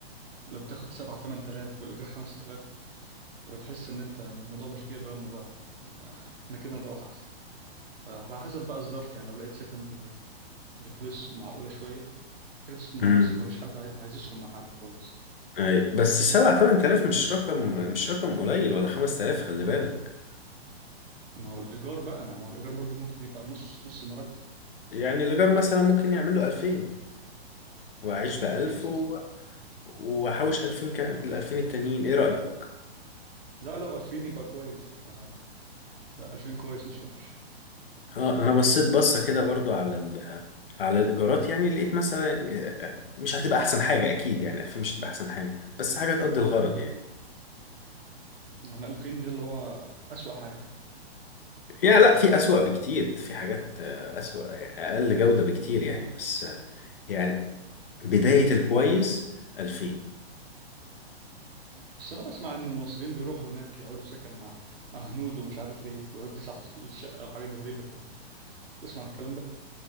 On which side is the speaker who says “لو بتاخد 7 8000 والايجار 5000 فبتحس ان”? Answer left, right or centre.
Right